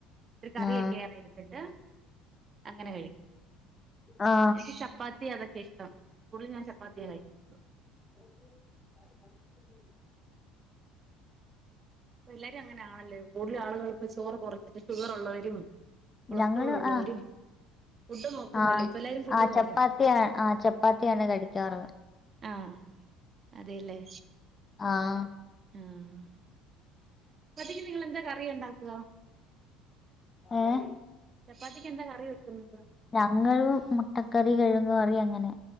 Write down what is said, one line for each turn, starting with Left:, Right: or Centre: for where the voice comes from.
Right: പിന്നെ കറിയൊക്കെ
Left: ആ
Right: ഏറെ എട് ണ്ട്ട്ട് അങ്ങനെ കഴിക്കും.
Left: ആ
Right: എനിക്ക് ചപ്പാത്തി അതൊക്കെ ഇഷ്ടം. കൂടുതലും ഞാൻ ചപ്പാത്തിയാ കഴിക്ക്യുന്ന്
Left: <inaudible>
Right: ഇപ്പഎല്ലാരും അങ്ങനെ ആണല്ലേ കൂട്തലും ആള്കള് ഇപ്പൊ ചോറ് കുറച്ചിട്ട് ഷുഗർ ഉള്ളവരും കൊളസ്ട്രോൾ
Left: ഞങ്ങള്
Right: ഉള്ളവരും
Left: ആ
Right: ഫുഡ് നോക്കുമല്ലേ
Left: ആഹ്
Right: ഇപ്പ എല്ലാരും ഫുഡ്
Left: ആഹ്
Right: നോക്കും.
Left: <unintelligible> ആഹ് ചപ്പാത്തിയാണ് കഴിക്കാറ്.
Right: ആഹ് അതെല്ലെ
Left: ആഹ്
Right: ആഹ് ചപ്പാത്തിക്ക് നിങ്ങള് എന്താ കറി ഉണ്ടാക്കുക
Left: ഏഹ്
Right: ചപ്പാത്തിക്ക് എന്താ കറി വെക്ക്ന്നത്
Left: ഞങ്ങള് മുട്ടക്കറി, കിഴങ്ങു കറി അങ്ങനെ